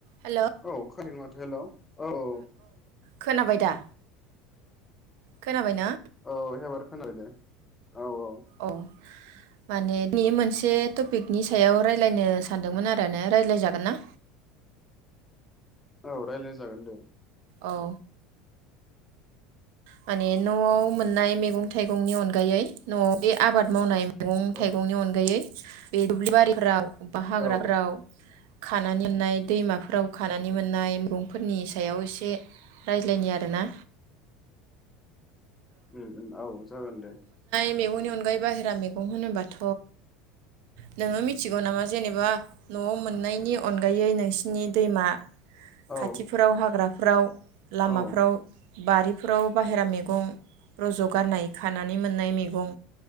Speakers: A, on the right; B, on the left.
A: हेलौ
B: औ खोनानो माथो हेलौ औ औ
A: खोनाबाय दा खोनाबाय ना।
B: औ एबार खोनाबाय दे औ औ
A: औ माने नि मोनसे टपिकनि सायाव रायज्लायनो सानदोंमोन आरो ना राय्लायजागोन ना?
B: औ रायज्लाय जागोन दे।
A: औ माने नआव मोननाय मेगं थाइगंनि अनगायै नआव दि आबाद मावनाय। मैगं
B: औ
A: थाइगंनि अनगायै- बे दुबलि बारिफोराव बा हाग्राफोराव।
B: औ
A: खानानै मोननाय दैमाफोराव खानानै मोननाय मैगंफोरनि सायाव एसे रायज्लायनि आरोना।
B: उम उम औ जागोन दे।
A: मेगंनि अनगायै बाहेरा मेगं होनोबाथ नोङो मिथिगौ नामा जेनेबा नआव मोननायनि अनगायै नोंसिनि दैमा
B: औ
A: खाथिफोराव हाग्रा फ्राव लामाफ्राव
B: औ
A: बारि <unintelligible> बाहहेरा मेगं रज गारनाय खानानै मोननाय मेगं